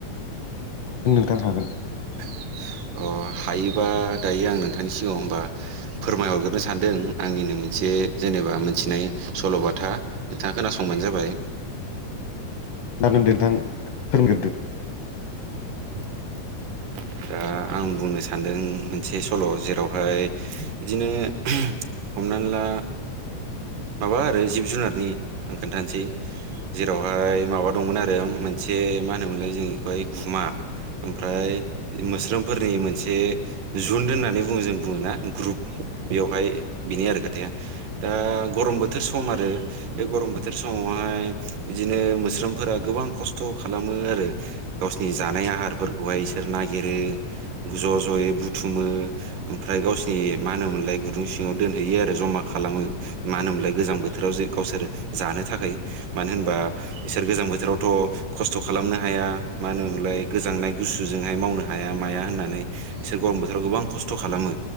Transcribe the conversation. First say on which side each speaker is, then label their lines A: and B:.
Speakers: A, on the left; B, on the right.
A: ओं हागोन।
B: <inaudible> अ हायोबा दायो आं नोंथांनि सिगाङाव होमबा फोरमायहरग्रोनो सानदों आंनिनो मोनसे जेनेबा मोनथिनाय सल'बाथा नोंथाङा खोनासंबानो जाबाय
A: जागोन दे नोंथां फोरोंगोरदो
B: <inaudible> दा आं बुंनो सानदों मोनसे सल' जेरावहाय बिदिनो हमना ला माबा आरो जिब जुनारनि आं खोन्थानोसै जेरावहाय माबा दंमोन आरो मोनसे बे मा होनोमोनलाय जों बेखौहाय गुमा ओमफ्राय मोस्रोमफोरनि मोनसे जुन होननानै बुङो जों बुङो ना ग्रुप बेवहाय बेनि आरो खोथाया दा गरम बोथोर सम आरो बे गरम बोथोर समावहाय बिदिनो मोस्रोमफोरा गोबां खस्थ' खालामो आरो गावसिनि जानाय आहारफोरखौहाय बिसोर नागिरो ज' ज' यै बुथ थुमो ओमफ्राय गावसोरनि मा होनोम मोनलाय गुदुं सिङाव दोनहैयो आरो जमा खालामो। मा होनोमोनलाय गोजां बोथोराव जे गावसोर जानो थाखाय मानो होनबा इसोर गोजां बोथोरावथ' खस्थ' खालामनो हाया मा होनोमोनलाय गोजांनाय गुसुजोंहाय मावनो हाया माया होननानै बिसोर खौ गरम बोथोराव गोबां खस्थ' खालामो